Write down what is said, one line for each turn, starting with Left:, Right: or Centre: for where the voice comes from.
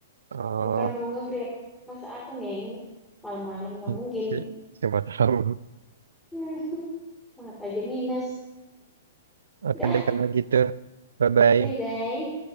Right: Oh,
Centre: bukan mau nge-grab masa aku ngeng malam-malam nggak mungkin
Right: <laughs> siapa tahu.
Centre: hmm, mata aja minus
Right: Oke
Centre: udah
Right: deh karena gitu. Bye-bye.
Centre: bye bye